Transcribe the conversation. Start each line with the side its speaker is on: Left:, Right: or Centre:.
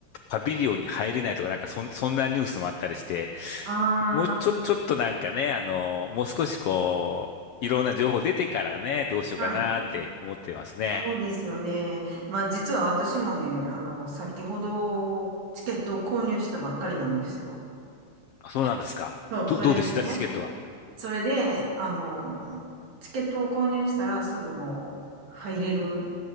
Left: パビリオンに入れないとか、なんかそん、そんなニュースもあったりして、
Right: あ
Left: もうちょ、ちょっとなんかね、あの、もう少しこう、いろんな情報出てからね、どうしようかなって思ってますね。
Right: あ、はい。そうですよね。まあ実は私もね、あの、先ほどチケットを購入したばっかりなんですよ。
Left: あ、そうなんですか。
Right: そう、
Left: ど、
Right: それでね。
Left: どうでしたチケットは。
Right: それで、あの、チケットを購入したらすぐもう入れる